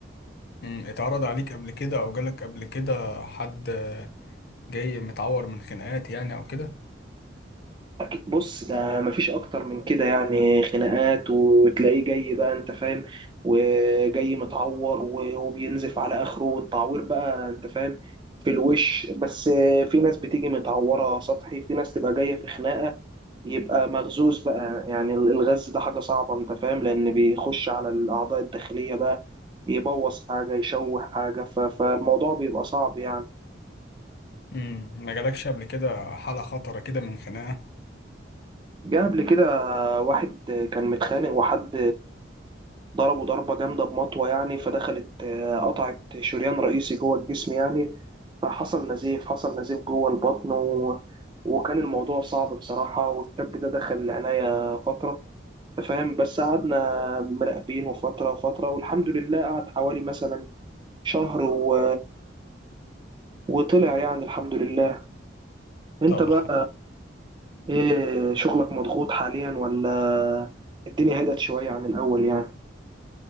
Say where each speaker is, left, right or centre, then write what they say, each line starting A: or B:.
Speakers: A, on the left (about 55°); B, on the right (about 25°).
A: مم، اتعرض عليك قبل كده او جالك قبل كده حد آه، جاي متعور من خناقات يعني او كده
B: أكيد- بص ده مفيش اكتر من كده يعني خناقات وتلاقيه جاي بقى انت فاهم وجاي متعور و- وبينزف على اخره والتعوير بقى انت فاهم في الوش بس في ناس بتيجي متعورة سطحي في ناس تبقى جاية في خناقة يبقى مغزوز بقى يعني الغز ده حاجة صعبة انت فاهم لان بيخش على الاعضاء الداخلية بقى يبوظ حاجة يشوه حاجة ف- فالموضوع بيبقى صعب يعني
A: مم، ما جالكش قبل كده حالة خطرة كده من خناقة
B: جه قبل كده واحد كان متخانق وحد ضربه ضربة جامدة بمطوة يعني فدخلت آه، قطعت شريان رئيسي جوه الجسم يعني فحصل نزيف حصل نزيف جوه البطن و... وكان الموضوع صعب بصراحة والشاب ده دخل العناية فترة أنت فاهم بس قعدنا مراقبينه فترة فترة والحمد لله قعد حوالي مثلا شهر و... وطلع يعني الحمد لله انت
A: طب
B: بقى
A: الحمد
B: ايه شغلك مضغوط حاليا ولا الدنيا هدت شوية عن الأول يعني